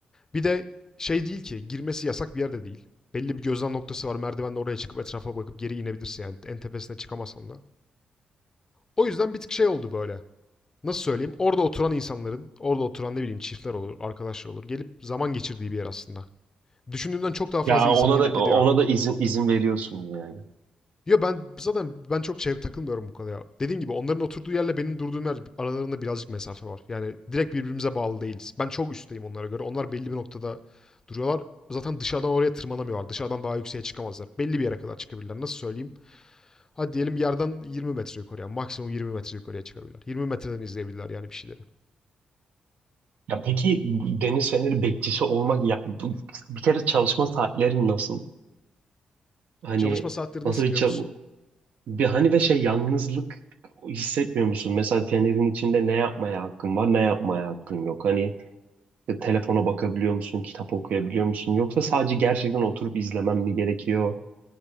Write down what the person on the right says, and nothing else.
Ya
ona
da
ona da izin izin veriyorsunuz yani.
Ya peki deniz feneri bekçisi olmak ya bu- bir kere çalışma saatlerin nasıl? Hani
nasıl
bir
çal-
bir hani ve şey yalnızlık hissetmiyor musun? Mesela fenerin içinde ne yapmaya hakkın var, ne yapmaya hakkın yok. Hani işte telefona bakabiliyor musun, kitap okuyabiliyor musun? Yoksa sadece gerçekten oturup izlemem mi gerekiyor?